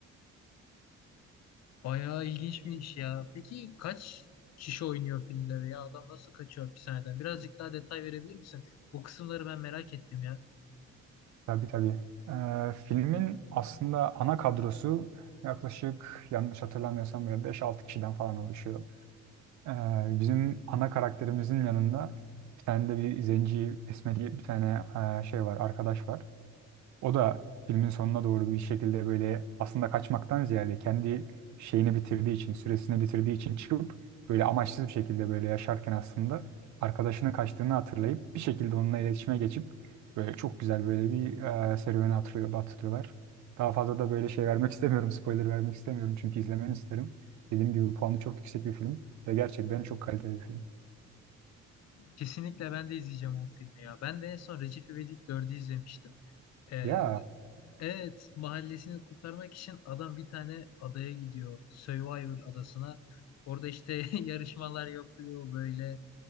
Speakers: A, on the left; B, on the right.
A: Bayağı ilginçmiş ya. Peki kaç kişi oynuyor filmde veya adam nasıl kaçıyor hapishaneden? Birazcık daha detay verebilir misin? O kısımları ben merak ettim ya.
B: Tabii tabii. Ee, filmin aslında ana kadrosu yaklaşık yanlış hatırlamıyorsam böyle beş altı kişiden falan oluşuyor. Ee, bizim ana karakterimizin yanında bir tane de bir zenci esmeri bir tane e, şey var, arkadaş var. O da filmin sonuna doğru bir şekilde böyle aslında kaçmaktan ziyade kendi şeyini bitirdiği için, süresini bitirdiği için çıkıp böyle amaçsız bir şekilde böyle yaşarken aslında arkadaşının kaçtığını hatırlayıp bir şekilde onunla iletişime geçip böyle çok güzel böyle bir e, serüveni hatırlıyor, hatırlıyorlar. Daha fazla da böyle şey vermek istemiyorum, spoiler vermek istemiyorum çünkü izlemeni isterim. Dediğim gibi puanı çok yüksek bir film ve gerçekten çok kaliteli bir film.
A: Kesinlikle ben de izleyeceğim o filmi ya. Ben de en son Recep İvedik 4'ü izlemiştim. Ee,
B: Ya
A: Evet, mahallesini kurtarmak için adam bir tane adaya gidiyor. Survivor adasına. Orada işte <laughs> yarışmalar yapıyor böyle